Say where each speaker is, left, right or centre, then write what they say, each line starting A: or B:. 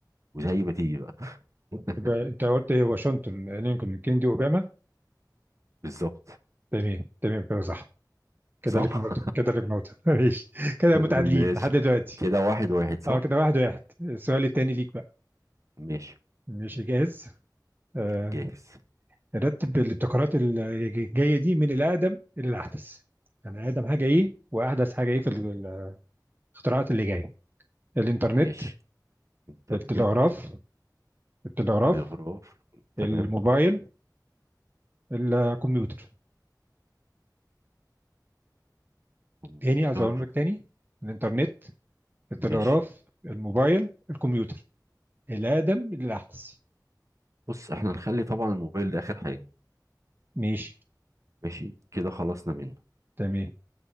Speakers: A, on the right; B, on the right.
A: وزي ما تيجي بقى <laughs>
B: يبقى انت قلت ايه واشنطن لينكولن كيندي اوباما
A: بالظبط
B: تمام تمام كده صح كده
A: صح
B: لك نقطة كده لك نقطة <laughs> ماشي كده
A: <laughs>
B: متعادلين
A: ماشي
B: لحد دلوقتي
A: كده واحد واحد صح
B: اه كده واحد واحد السؤال التاني ليك بقى
A: ماشي
B: ماشي جاهز آه.
A: جاهز
B: رتب الابتكارات الجاية دي من الأقدم إلى الأحدث يعني أقدم حاجة إيه وأحدث حاجة إيه في ال- الاختراعات اللي جاية الإنترنت
A: ماشي انترنت
B: التلغراف التلغراف
A: تلغراف تمام
B: الموبايل الكمبيوتر
A: الكمبيوتر
B: تاني عايز أقول لك تاني الإنترنت التلغراف
A: ماشي
B: الموبايل الكمبيوتر الأقدم للأحدث
A: بص احنا نخلي طبعا الموبايل ده اخر حاجة
B: ماشي
A: ماشي كده خلصنا منه
B: تمام